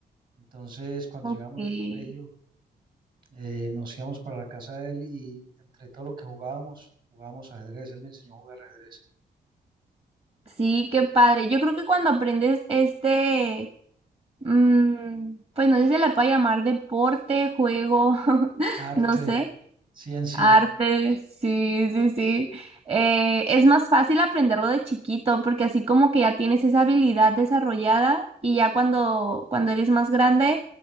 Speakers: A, on the right; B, on the right.
A: Entonces, cuando
B: Ok.
A: llegamos del colegio, eh, nos íbamos para la casa de él y entre todo lo que jugábamos, jugábamos ajedrez. Él me enseñó a jugar ajedrez,
B: Sí, qué padre. Yo creo que cuando aprendes este Mm, pues no sé si se la puede llamar deporte, juego, <laughs>
A: arte,
B: no sé.
A: ciencia.
B: Arte, sí, sí, sí. Eh, es más fácil aprenderlo de chiquito porque así como que ya tienes esa habilidad desarrollada y ya cuando, cuando eres más grande,